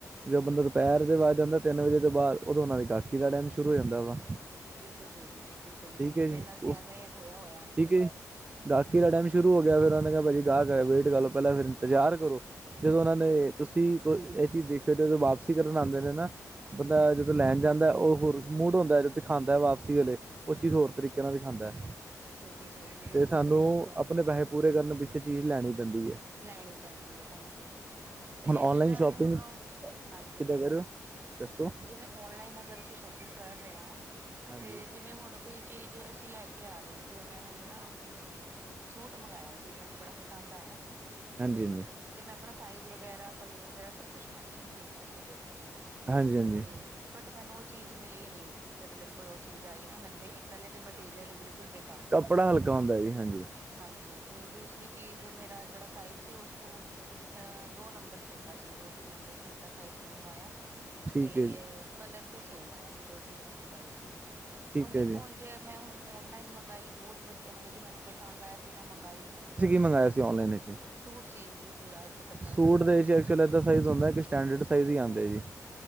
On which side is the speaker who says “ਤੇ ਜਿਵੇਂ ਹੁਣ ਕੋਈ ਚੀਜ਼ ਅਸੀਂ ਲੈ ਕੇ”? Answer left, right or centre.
Right